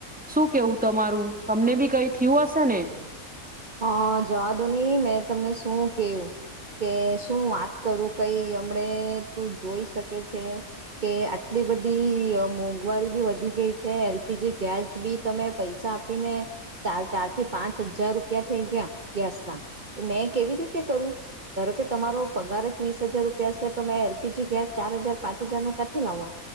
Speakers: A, in the centre; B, on the right.
A: શું કેવું તમારું? તમને બી કઈ થીયું હશે ને?
B: હા જવા દો ની મેં તમને શું કેહું કે શું વાત કરું કઈ હમણે તું જોઈ શકે છે કે આટલી બધી અહ મોંઘવારી બી વધી ગઈ છે એલ પી જી ગેસ બી તમે પૈસા આપીને ચાર ચાર થી પાંચ હજાર રૂ પિયા થઈ ગયા ગેસ ના. તો મેં કેવી રીતે કરું ધારો કે તમારો પગાર જ વીસ હજાર રૂપિયા હશે તો મેં એલપીજી ગેસ ચાર હજાર પાંચ હજાર નું ક્યાંથી લાવવા